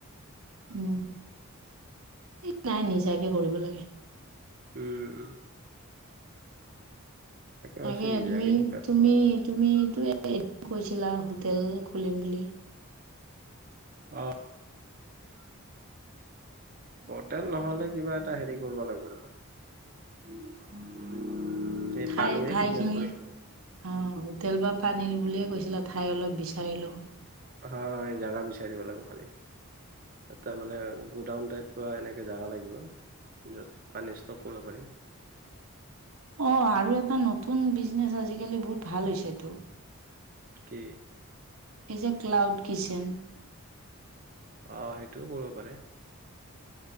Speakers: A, on the right; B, on the right.
A: উম, এই নাই নিজাকে কৰিব লাগে।
B: উম।
A: তাকে
B: ভাবিছো নিজাকে
A: তুমি-তুমি-তুমিটো
B: কিবা কৰো আৰু
A: <unintelligible> কৈছিলা হোটেল খুলিম বুলি। <inaudible>
B: অ হোটেল নহ'লে কিবা এটা হেৰি কৰবো লাগিব ৰ'বা। এই
A: ঠাই
B: পানীৰে
A: ঠাইখিনি
B: বিজনেচ কৰিম।
A: অ', হোটেল বা পানীৰ বুলিয়ে কৈছিলা, ঠাই অলপ বিচাৰি লওঁ।
B: হয়, এই জাগা বিচাৰিব লাগিব খালি, তাৰ মানে গোডাউন টাইপ। এনেকে জাগা লাগিব, য'ত পানী ষ্টক কৰিব পাৰিম।
A: অ', আৰু এটা নতুন বিজনেচ আজিকালি বহুত ভাল হৈছেটো।
B: কি?
A: এই যে ক্লাউড কিচেন।
B: আহ, সেইটোও কৰিব পাৰে।